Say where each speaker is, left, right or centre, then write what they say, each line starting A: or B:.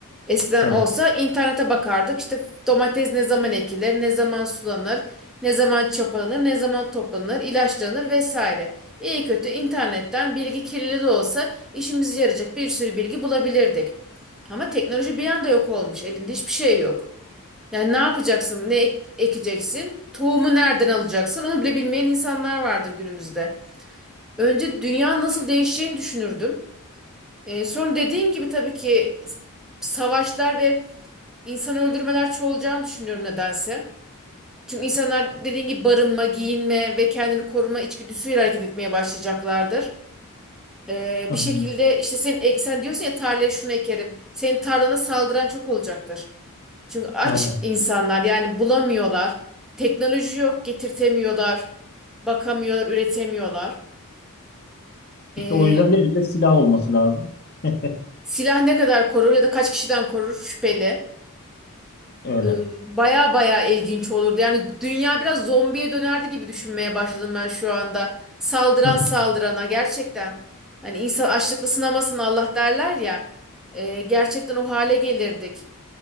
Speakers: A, in the centre; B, on the left.
A: Eskiden
B: tabii.
A: olsa internete bakardık. İşte domates ne zaman ekilir, ne zaman sulanır, ne zaman çapalanır, ne zaman toplanır, ilaçlanır vesaire. İyi kötü internetten bilgi kirli de olsa işimize yarayacak bir sürü bilgi bulabilirdik. Ama teknoloji bir anda yok olmuş. Elinde hiçbir şey yok. Yani ne yapacaksın, ne ek- ekeceksin, tohumu nereden alacaksın onu bile bilmeyen insanlar vardır günümüzde. Önce dünya nasıl değişeceğini düşünürdüm. Ee, sonra dediğim gibi tabii ki savaşlar ve İnsan öldürmeler çoğalacağını düşünüyorum nedense. Çünkü insanlar dediğin gibi barınma, giyinme ve kendini koruma içgüdüsüyle hareket etmeye başlayacaklardır. Ee,
B: Aynen.
A: bir şekilde işte sen, e- sen diyorsun ya tarlaya şunu ekerim. Senin tarlana saldıran çok olacaktır. Çünkü aç
B: Aynen.
A: insanlar yani bulamıyorlar. Teknoloji yok, getirtemiyorlar. Bakamıyorlar, üretemiyorlar. Ee,
B: İşte o yüzden de elimde silah olması lazım. <laughs>
A: silah ne kadar korur ya da kaç kişiden korur şüpheli.
B: Öyle.
A: e, baya baya ilginç olurdu. Yani dünya biraz zombiye dönerdi gibi düşünmeye başladım ben şu anda. Saldıran
B: <laughs>
A: saldırana gerçekten. Hani insan açlıkla sınamasın Allah derler ya. E, gerçekten o hale gelirdik.